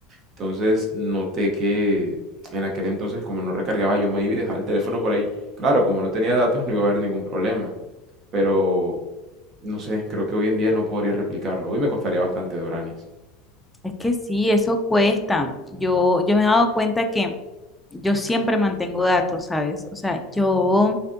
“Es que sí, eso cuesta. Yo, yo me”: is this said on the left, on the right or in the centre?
Centre